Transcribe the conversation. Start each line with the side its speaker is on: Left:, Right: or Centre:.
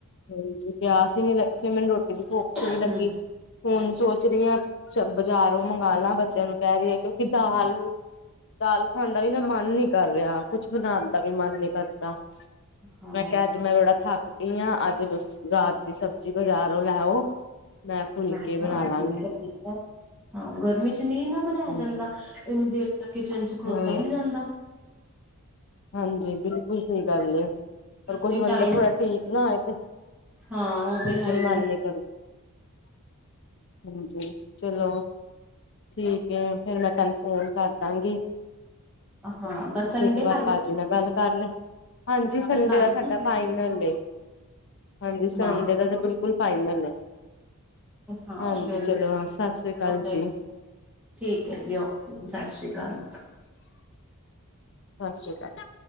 Left: ਹਾਂਜੀ ਪਿਆਸ ਹੀ ਨੀ ਲਥੀ, ਮੈਨੂੰ ਰੋਟੀ ਦੀ ਭੁਖ
Centre: ਹਮ
Left: ਨੀ ਲੱਗੀ, ਹੁਨ ਸੋਚ ਰਹੀਆਂ। ਬਾਜ਼ਾਰੋਂ ਮੰਗਣਾ ਬੱਚਿਆਂ ਨੂੰ ਕਹਿ ਰਹੀ ਹੈ। ਕਿਉਂਕਿ ਦਾਲ। ਦਾਲ- ਖਾਣ ਦਾ ਵੀ ਨਾ ਮਨ ਨੀ ਕਰ ਰਿਹਾ। ਕੁਛ ਬਣਾਉਣ ਦਾ ਵੀ ਮਨ ਨੀ ਕਰਦਾ।
Centre: ਹਾਂ
Left: ਮੈਂ ਕਿਹਾ ਅੱਜ ਮੈਂ ਥੋੜਾ ਥੱਕ ਗਈ ਹਾਂ, ਅੱਜ। ਜ ਬਸ ਰਾਤ ਦੀ ਸਬਜ਼ੀ ਬਾਜ਼ਾਰੋਂ ਲੈ ਆਓ। ਮੈਂ ਫੁੱਲ
Centre: ਹਾਂ-
Left: ਕੇ ਬਣਾ
Centre: ਹਾਂ ਠੀਕ
Left: ਲਾਂਗੀ
Centre: ਹੈ, ਠੀਕ ਹਾਂ। ਗਰਮੀ ਚ ਨੀ, ਨਾ ਬਣਾਇਆ
Left: ਹਾਂਜੀ
Centre: ਜਾਂਦਾ ਇੰਨੀ ਦੇਰ। ਤਾਂ ਕਿਚਨ ਚ ਖੜੋਤਾ
Left: ਹਾਂ
Centre: ਹੀ ਨਹੀਂ ਜਾਂਦਾ।
Left: ਹਾਂਜੀ ਬਿਲਕੁਲ ਸਹੀ ਗੱਲ ਰੈ। ਕੁਝ
Centre: ਜੀ
Left: ਬੰਦਾ
Centre: ਟਾਈਮ
Left: ਥੋੜਾ ਠੀਕ ਨਾ ਹੋਏ ਤੇ।
Centre: ਹਾਂ ਉਹ
Left: ਬਿਲਕੁਲ
Centre: ਤੇ ਹੈ ਹੀ
Left: ਮਨ
Centre: ਹੈ
Left: ਨੀ ਕਰ। ਹਾਂਜੀ, ਚਲੋ। ਠੀਕ ਹੈ। ਫੇਰ ਮੈਂ ਤੈਨੂੰ ਫੋਨ ਕਰਦਾਂਗੀ।
Centre: ਹਾਂ
Left: ਤੁਸੀਂ
Centre: ਬਸ ਸੰਡੇ
Left: ਇੱਕ ਵਾਰ
Centre: ਫਾਈਨਲ
Left: ਪਾਜੀ ਨਾਲ ਗੱਲ ਕਰ ਲੋ। ਹਾਂਜੀ ਸੰਡੇ
Centre: ਕਰ
Left: ਦਾ
Centre: ਲਈ
Left: ਸਾਡਾ ਫਾਈਨਲ ਏ। ਹਾਂਜੀ ਸੰਡੇ
Centre: ਹਾਂ
Left: ਦਾ ਤਾਂ ਬਿਲਕੁਲ ਫਾਈਨਲ ਹੈ।
Centre: ਹਾਂ,
Left: ਹਾਂਜੀ
Centre: ਫੇਰ
Left: ਚਲੋ ਹਾਂ ਸਤਿ ਸ੍ਰੀ ਅਕਾਲ
Centre: ਓਥੇ।
Left: ਜੀ
Centre: ਠੀਕ ਹੈ ਜੀ, ਓਕੇ ਜੀ, ਸਤਿ ਸ਼੍ਰੀ ਅਕਾਲ।
Left: ਸਤਿ ਸ਼੍ਰੀ ਅਕਾਲ।